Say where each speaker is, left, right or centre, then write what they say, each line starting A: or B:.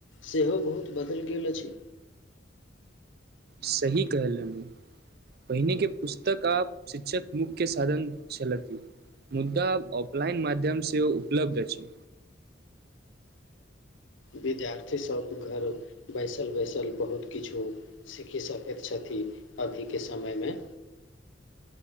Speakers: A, on the left; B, on the right.
A: सेहो बहुत बदलि गेल अछि
B: सही कहलनि पहिने के पुस्तक आ शिछक मुख्य साधन छलथि मुद्दा ऑफलाइन माध्यम से उपलब्ध अछि
A: विद्यार्थीसब घर बैसल बैसल बहुत किछु सीखी सकैत छथि अभीके समयमे